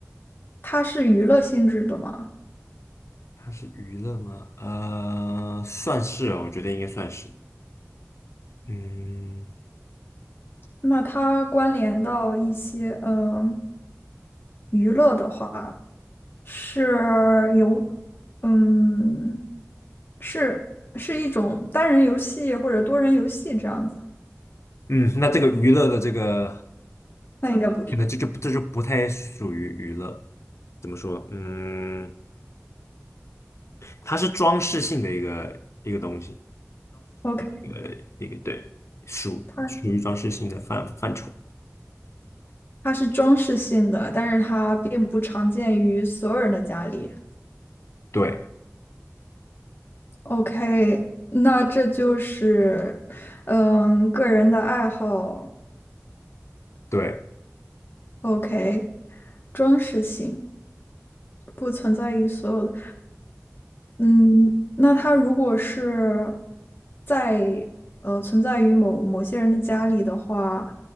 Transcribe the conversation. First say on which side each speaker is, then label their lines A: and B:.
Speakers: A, on the left; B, on the left.
A: 它是娱乐性质的嘛？
B: 它是娱乐吗？呃，算是哦，我觉得应该算是。嗯
A: 那它关联到一些呃娱乐的话，是游，嗯，是是一种单人游戏或者多人游戏这样子。
B: 嗯，那这个娱乐的这个，
A: 那应嗯该不是。
B: 可能这就这就不太属于娱乐。怎么说？嗯，它是装饰性的一个一个东西。
A: OK，
B: 一个一个对属属于装饰性的范范畴。
A: 它它是装饰性的，但是它并不常见于所有人的家里。
B: 对
A: OK，那这就是嗯个人的爱好。
B: 对，
A: OK，装饰性不存在于所有的。嗯，那它如果是在呃存在于某某些人的家里的话，